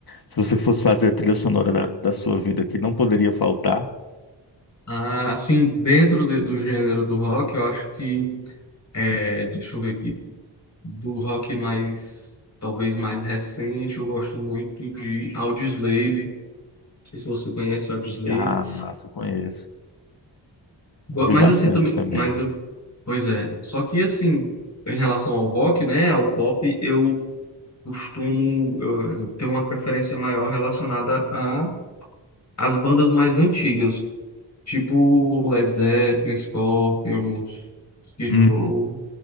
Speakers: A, on the left; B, on the left.
A: se você fosse fazer a trilha sonora da, da sua vida que não poderia faltar,
B: Ah, assim, dentro de- do gênero do rock, eu acho que, é, deixa eu ver aqui, do rock mais, talvez mais recente, eu gosto muito de Audioslave. Não sei se você conhece Audioslave.
A: ah, massa, eu conheço.
B: Go-
A: Ouvi
B: Mas
A: bastante
B: assim, também,
A: também.
B: mas eu, pois é. Só que assim, em relação ao rock, né, ao pop, eu costumo eh, ter uma preferência maior relacionada a as bandas mais antigas, tipo Led Zeppelin, Scorpions, Skid
A: Hum,
B: Row,